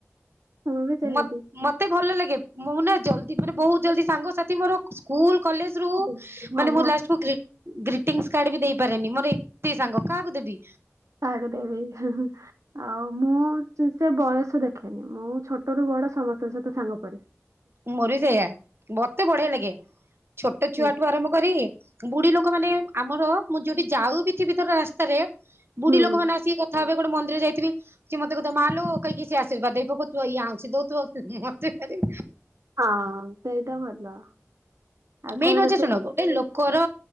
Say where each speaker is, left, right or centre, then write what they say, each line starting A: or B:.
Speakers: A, on the right; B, on the right.
A: ମୁଁ ବି ସେମିତି
B: ମତ ମତେ ଭଲ ଲାଗେ। ମୁଁ ନା ଜଲଦି ମାନେ ବହୁତ ଜଲଦି ସାଙ୍ଗସାଥି ମୋର ସ୍କୁଲ କଲେଜ ରୁ
A: ହଁ
B: ମାନେ
A: ହଁ
B: ମୁ ଲାଷ୍ଟକୁ ଗ୍ରି ଗ୍ରୀିଟିଂ କାର୍ଡ ବି ଦେଇପାରେନି। ମୋର ଏତେ ସାଙ୍ଗ କାହାକୁ ଦେବି?
A: କାହାକୁ ଦେବି ଆଉ ମୁଁ ସେ ବୟସ ଦେଖେନି। ମୁଁ ଛୋଟ ରୁ ବଡ ସମସ୍ତଙ୍କ ସହିତ ସାଙ୍ଗ ପରି।
B: ମୋରବି ସେୟା ବ ତେ ବଢ଼ୀଆ ଲାଗେ ଛୋଟ ଛୁଆଠୁ
A: ହୁଁ
B: ଆରମ୍ଭ କରି ବୁଢ଼ୀ ଲୋକ ମାନେ, ଆମର ମୁଁ ଯଉଠି ଯାଉ ବି ଥିବିର ରାସ୍ତାରେ ବୁଢ଼ୀ
A: ହୁଁ
B: ଲୋକମାନେ ଆସିକି କଥା ହେବେ। ଗୋଟେ ମନ୍ଦିର ଯାଇଥିବି, ସି ମତେ କହୁିବ ମାଲୋ କହିହିକି ସିଏ ଆଶୀର୍ଦ ଦେଇ ପକଉଥିବ, ଇଏ ଆଉଁସି ଦଉଥିବ, ମତେଭାରୀ
A: ହଁ, ସେଇଟା ଭଲ। ଆଉ
B: ମେନ୍
A: କଣ
B: ହଉଛ
A: ରୋଷେଇ
B: ଶୁଣ, ଗୋଟେ ଲୋକର